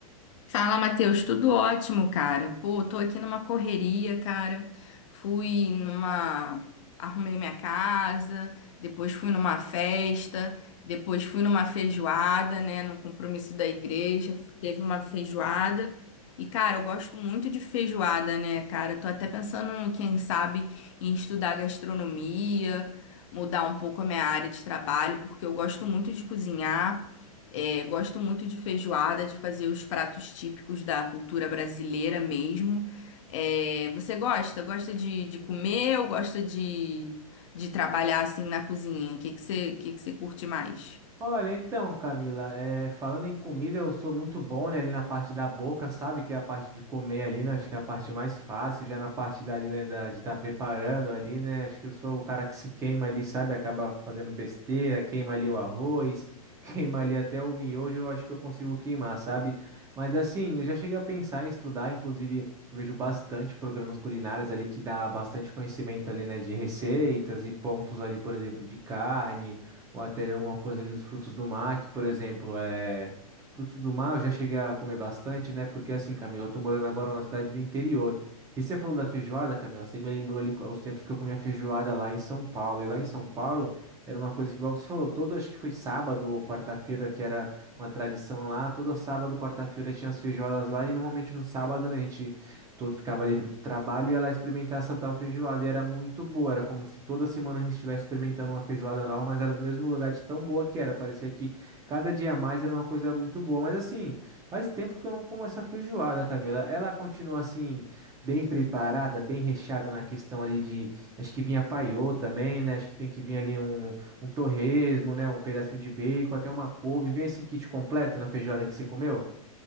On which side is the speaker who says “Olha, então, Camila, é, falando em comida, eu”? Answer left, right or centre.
Right